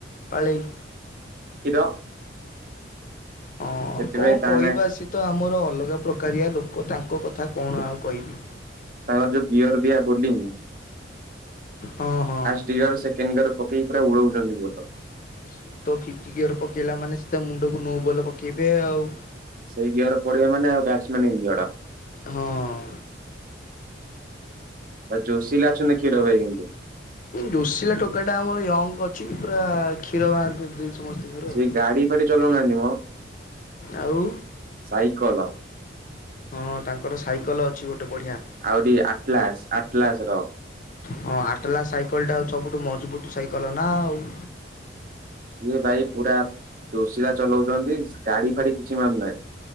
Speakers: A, on the left; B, on the right.
A: ପାଳେଇ।
B: କ୍ଷୀର
A: ହଁ
B: ସେଥିପାଇଁ
A: କଣ
B: ତା
A: କହିବା
B: ନା
A: ସେ ତ ଆମର ଅଲଗା ପ୍ରକାରିଆ ଲୋକ ତାଙ୍କ କଥା କଣ ଆଉ କହିବି?
B: ତାଙ୍କର ଯୋଉ ଗିଅର ଦିଆ ବୋଲିଂ
A: ହଁ ହଁ।
B: <unintelligible>
A: ସିଏ ତ ଫିପି ଗୀୟର ପକେଇଲା ମାନେ ସିଟା ମୁଣ୍ଡକୁ ନୋବଲ ପକେଇବେ ଆଉ।
B: ସେଇ ଘିଅର ପଡିବା ମାନେ ଆଉ ବ୍ୟାଚ ମ୍ୟାନ ଇଁଞ୍ଜଡ।
A: ହଁ।
B: ଯୋଶୀଲା ଅଛନ୍ତି କ୍ଷୀର ଭାଇ କିନ୍ତୁ।
A: ଯୋଶିଲା ଟୋକା ଟା ଆମର ୟଙ୍ଗ ଅଛି ପୁରା କ୍ଷୀର ବାହାର କରିଦେଇଛି। ସମସ୍ତଙ୍କର
B: ସେ
A: ଆଉ।
B: ଗାଡି ଫାଡି ଚଲାଉନାହାନ୍ତି ମୋ
A: ଆଉ
B: ସାଇକେଲ।
A: ହଁ ତାଙ୍କର ସାଇକେଲ ଅଛି ଗୋଟେ ବଢିଆ।
B: ଆହୁରି ଆଟଲାସ ଆଟଲାସ ର।
A: ହଁ ଆଟଲା ସାଇକେଲ ଟା ସବୁଠୁ ମଜବୁତ ସାଇକେଲ ନା ଆଉ।
B: ସିଏ ଭାଇ ପୁରା ଚୋସିଲା ଚଲାଉଛନ୍ତି ଗାଡି ଫାଡି କିଛି ମାନୁନାହିଁ।